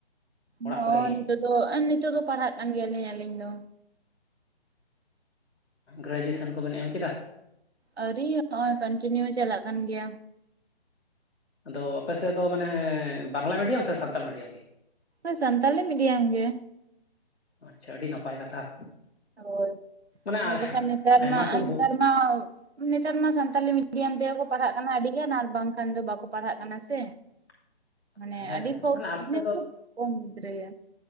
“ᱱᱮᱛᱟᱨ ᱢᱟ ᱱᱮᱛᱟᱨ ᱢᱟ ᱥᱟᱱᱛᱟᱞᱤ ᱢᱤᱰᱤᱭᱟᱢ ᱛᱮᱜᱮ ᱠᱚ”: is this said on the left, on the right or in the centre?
Right